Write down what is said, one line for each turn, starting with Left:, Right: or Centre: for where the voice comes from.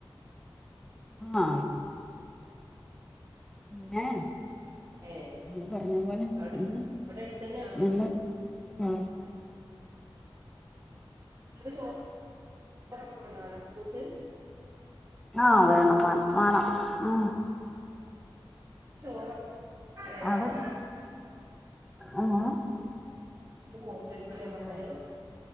Centre: ആ പിന്നെ
Right: ഏ
Centre: ഇങ്ങള് പറഞ്ഞ പോലെ <unintelligible>
Right: അവിടെ അവിടെ അടുത്തന്നെയാണോ
Centre: നല്ല ആ
Right: ചോറൊക്കെ കൊണ്ടണ സ്കൂൾക്ക്
Centre: ആവേണം വ വേണം ഉ
Right: ചോറ് ഏ
Centre: അവിടെല്ല
Right: <unintelligible>
Centre: ആഹ്
Right: നോക്കിയിരിക്കൂല്ലേ
Centre: അതെ
Right: മക്കള്